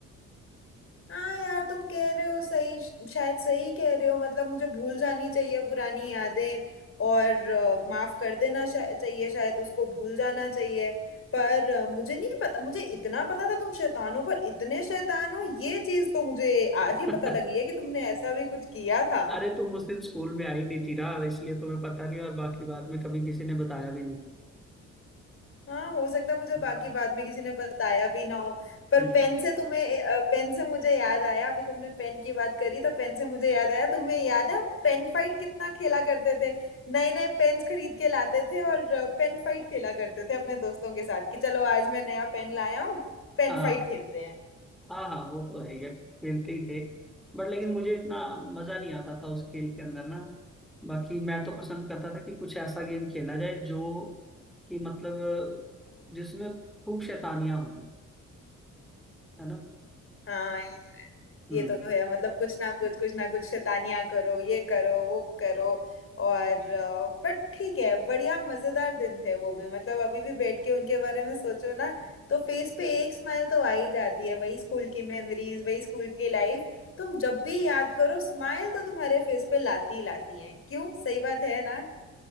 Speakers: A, on the left; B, in the centre.
A: हाँ यार तुम कह रहे हो सही शायद सही कह रहे हो मतलब मुझे भूल जानी चाहिए पुरानी यादें और अ, माफ कर देना शा- चाहिए शायद उसको भूल जाना चाहिए पर अ, मुझे नहीं पता मुझे इतना पता था तुम शैतान हो पर इतने शैतान हो ये चीज तो मुझे आज
B: <laughs>
A: ही पता लगी है कि तुमने ऐसा भी कुछ किया था
B: अरे तुम उस दिन स्कूल में आई नहीं थी ना इसलिए तुम्हें पता नहीं और बाकी बाद में कभी किसी ने बताया भी नहीं
A: हाँ हो सकता है मुझे बाकी
B: हाँ
A: बाद में किसी ने बताया भी ना हो पर
B: हम्म,
A: पेन से तुम्हें पेन से मुझे याद आया अभी तुमने पेन की बात करी तो पेन से मुझे याद आया तुम्हें याद है हम पेन फाइट कितना खेला करते थे नए नए पेन्स खरीद के लाते थे और पेन फाइट खेला करते थे अपने दोस्तों के साथ कि चलो आज मैं नया पेन लाया हूँ पेन
B: हाँ
A: फाइट खेलते हैं
B: हाँ हाँ वो तो है यार खेलते ही थे बट लेकिन मुझे इतना मजा नहीं आता था उस खेल के अंदर ना बाकी मैं तो पसंद करता था कि कुछ ऐसा गेम खेला जाए जो कि मतलब जिसमें खूब शैतानियां हों है ना
A: हाँ ये
B: हम्म
A: तो है मतलब कुछ ना कुछ कुछ ना कुछ शैतानियां करो ये करो वो करो और अ, पर ठीक है बढ़िया मजेदार दिन थे वो भी मतलब अभी भी बैठ के उनके बारे में सोचो ना तो फेस पे एक स्माइल तो आ ही जाती है वही स्कूल की मेमोरीज वही स्कूल की लाइफ तुम जब भी याद करो स्माइल तो तुम्हारे फेस पे लाती ही लाती है क्यों सही बात है ना